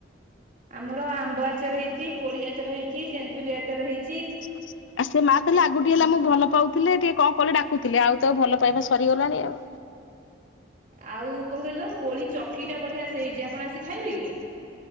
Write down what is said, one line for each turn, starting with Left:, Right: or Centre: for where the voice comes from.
Right: ଆମର ଆମ୍ବ ଆଚାର ହେଇଛି କୋଳି ଆଚାର ହେଇଛି ତେନ୍ତୁଲି ଆଚାର ହେଇଛି।
Left: <inaudible> ସେ ମା ପିଲା ଆଗକୁ ଟିକେ ହେଲେ ଆମକୁ ଭଲ ପାଉଥିଲେ ଟିକେ କଣ କଲେ ଡାକୁଥିଲେ ଆଉ ତ ଭଲ ପାଇବା ସରିଗଲାଣି ଆଉ।
Right: ଆଉ କଣ କହିଲ କୋଳି ଚକିଟା ବଢ଼ିଆ ସେ ହେଇଛି ଆପଣ ଆସି ଖାଇବେ କି?